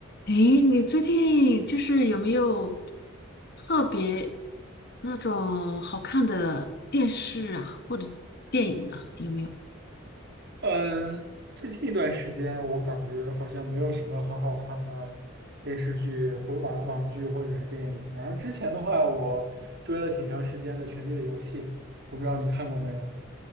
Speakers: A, on the left (about 50°); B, on the right (about 55°).
A: 诶，你最近就是有没有特别那种好看的电视啊，或者电影啊？有没有？
B: 嗯，最近一段时间我感觉好像没有什么很好看的电视剧或网网剧或者是电影。然后之前的话，我追了挺长时间的《权力的游戏》，我不知道你看过没有。